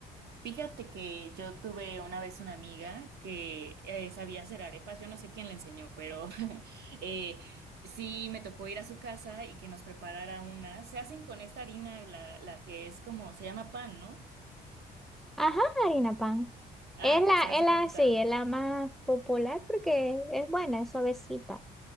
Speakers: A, on the right (about 70°); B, in the centre.
A: Fíjate que yo tuve una vez una amiga que eh, sabía hacer arepas, yo no sé quién le enseñó, pero <laughs> eh, sí me tocó ir a su casa y que nos preparara una. Se hacen con esta harina, la, la que es como, se llama pan, ¿no?
B: Ajá, harina pan.
A: Ah,
B: Es la,
A: pues se hace
B: es la,
A: cuenta.
B: sí, es la más popular porque es buena, es suavecita.